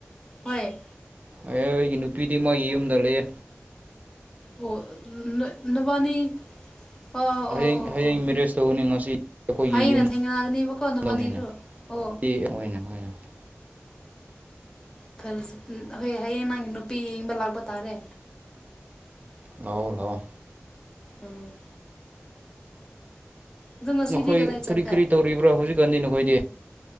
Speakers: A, on the left; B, on the right.
A: ꯍꯣꯏ
B: ꯑꯦ ꯑꯩꯒꯤ ꯅꯨꯄꯤꯗꯤ ꯃꯣꯏꯒꯤ ꯌꯨꯝꯗ ꯂꯩꯌꯦ
A: ꯑꯣ ꯅꯣꯏ ꯅꯕꯥꯅꯤ ꯑꯣ
B: ꯍꯌꯦꯡ
A: ꯑꯣ ꯑꯣ
B: ꯍꯌꯦꯡ
A: ꯑꯣ
B: ꯃꯦꯔꯦꯖ ꯇꯧꯕꯅꯤ ꯉꯁꯤ ꯑꯩꯈꯣꯏꯒꯤ
A: ꯍꯌꯦꯡꯅ
B: ꯌꯨꯝꯗꯅꯤꯅ
A: ꯊꯦꯡꯅꯒꯅꯤꯕꯀꯣ ꯅꯕꯥꯅꯤꯁꯨ
B: ꯑꯣꯏꯅꯣꯏ
A: ꯑꯣ
B: ꯑꯣꯏꯅ <unintelligible>
A: ꯐ ꯍꯣꯏ ꯍꯌꯦꯡ ꯅꯪꯒꯤ ꯅꯨꯄꯤ ꯌꯦꯡꯕ ꯂꯥꯛꯄ ꯇꯥꯔꯦ
B: ꯂꯥꯛꯑꯣ ꯂꯥꯥꯛꯑꯣ
A: ꯎꯝ ꯑꯗꯣ ꯉꯁꯤꯗꯤ
B: ꯅꯈꯣꯏ
A: ꯀꯗꯥꯏ
B: ꯀꯔꯤ
A: ꯆꯠꯂꯦ
B: ꯀꯔꯤ ꯇꯧꯔꯤꯕ꯭ꯔꯥ ꯍꯧꯖꯤꯛꯀꯥꯟꯗꯤ ꯅꯈꯣꯏꯗꯤ